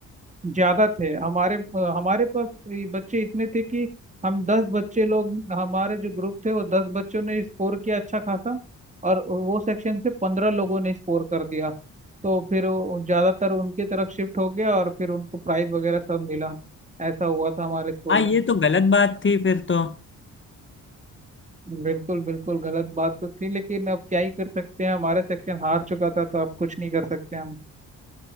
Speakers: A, on the right; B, on the left.
A: ज्यादा थे हमारे हमारे पास ये बच्चे इतने थे कि हम दस बच्चे लोग हमारे जो ग्रुप थे वो दस बच्चों ने स्कोर किया अच्छा खासा और वो सेक्शन से पंद्रह लोगों ने स्कोर कर दिया तो फिर वो ज्यादातर उनकी तरफ शिफ्ट हो गया और फिर उनको प्राइज वगैरह सब मिला ऐसा हुआ था हमारे स्कूल
B: हाँ ये
A: में
B: तो गलत बात थी फिर तो
A: बिल्कुल बिल्कुल गलत बात तो थी लेकिन अब क्या ही कर सकते हैं हमारे सेक्शन हार चुका था तो अब कुछ नहीं कर सकते हम